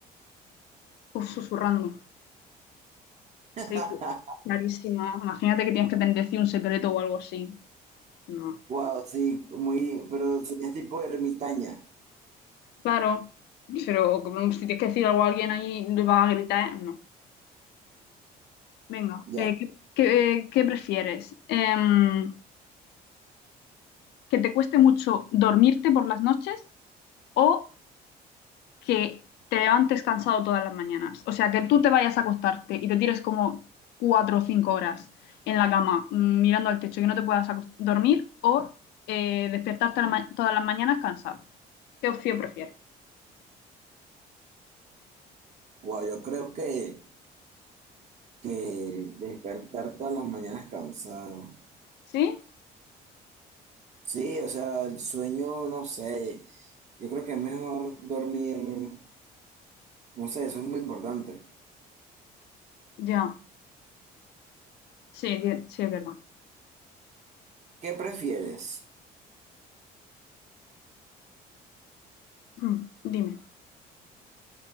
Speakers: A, on the left; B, on the right.
A: Uf, susurrando.
B: <laughs>
A: Sí, clarísimo. Imagínate que tienes que tener decir un secreto o algo así. No.
B: Wow, sí, muy, pero serías tipo ermitaña,
A: Claro, pero como si tienes que decir algo a alguien ahí, le vas a gritar, ¿eh? no. Venga,
B: ya.
A: eh, ¿qué, qué- qué prefieres? Em, ¿que te cueste mucho dormirte por las noches o que te levantes cansado todas las mañanas? O sea, que tú te vayas a acostarte y te tires como cuatro o cinco horas en la cama mm, mirando al techo y que no te puedas acos- dormir o eh, despertarte a la ma- todas las mañanas cansado. ¿Qué opción prefieres?
B: Wow, yo creo que, que despertar todas las mañanas cansado.
A: ¿Sí?
B: Sí, o sea, el sueño, no sé, yo creo que es mejor dormir, no sé, eso es muy importante.
A: Ya. Sí, di- sí, es verdad.
B: ¿Qué prefieres?
A: Mm, Dime.